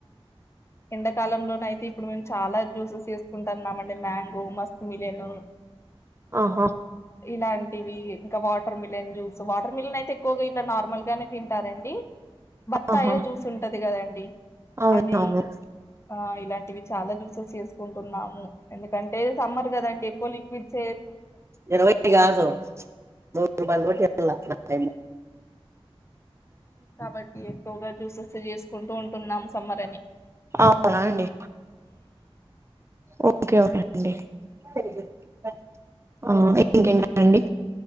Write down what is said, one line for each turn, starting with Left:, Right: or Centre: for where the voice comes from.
Left: ఎండకాలంలోన అయితే ఇప్పుడు మేము చాలా జ్యూసెస్ వేసుకుంటాన్నామండి మ్యాంగో, మస్క మిలిన్
Right: ఆహ
Left: ఇలాంటివి ఇంకా watermelon juice watermelon అయితే ఎక్కువగా ఇట్లా నార్మల్ గానే తింటారండి. బత్తాయ
Right: ఆహా
Left: జ్యూస్ ఉంటది కదండి
Right: అవునవును
Left: అది ఆ ఇలాం టివి చాలా ద్యూసస్ చేసుకుంటున్నాము. ఎందుకంటే సమ్మర్ కదండి ఎక్కువ లిక్విడ్స్
Right: ఇరవై కాదు నూరు రూపాయలు కూడా చెప్పాల అట్లేయితే ఇంక
Left: కాబట్టి ఎక్కువగా జ్యూసెస్ చేసుకుంటూ ఉంటున్నాం సమ్మరని
Right: అవునా అండి ఓకే ఓకే అండి పెళ్ళి చేసుకున్న ఆ ఇంకేంటనండి?